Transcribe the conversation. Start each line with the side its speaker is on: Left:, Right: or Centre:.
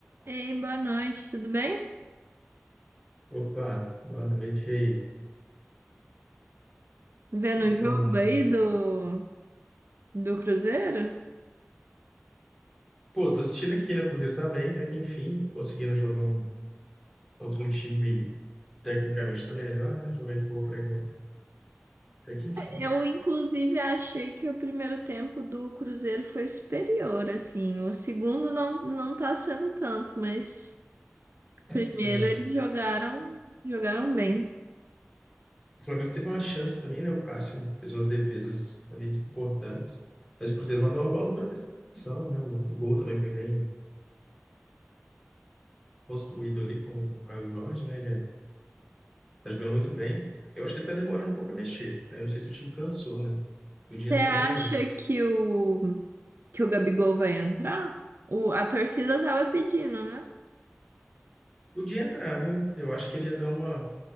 Right: Ei, boa noite, tudo bem?
Centre: Opa, boa noite aí. O
Right: Vendo
Centre: que que
Right: o
Centre: você
Right: jogo
Centre: tá arrumando
Right: aí
Centre: nesse...
Right: do, do Cruzeiro?
Centre: Pô, tô assistindo aqui, né? O Cruzeiro tá bem, até que enfim, conseguindo jogar um, contra um time tecnicamente tá melhor, né? Jogar de boa pra igual, até que enfim.
Right: Eu, inclusive, achei que o primeiro tempo do Cruzeiro foi superior, assim. O segundo não, não tá sendo tanto, mas
Centre: É.
Right: primeiro
Centre: é,
Right: eles jogaram, jogaram bem.
Centre: O Flamengo teve uma chance também, né? O Cássio fez umas defesas talvez importantes, mas o Cruzeiro mandou uma bola na travessão, né? O, o gol também foi bem construído ali com o Caio Jorge, né? Ele é, tá jogando muito bem. Eu acho que ele tá demorando um pouco a mexer. Aí eu não sei se o time cansou, né?
Right: Você
Centre: Podia entrar
Right: acha
Centre: o...
Right: que o, que o Gabigol vai entrar? O, a torcida tava pedindo, né?
Centre: Podia entrar, viu? Eu acho que ele ia dar uma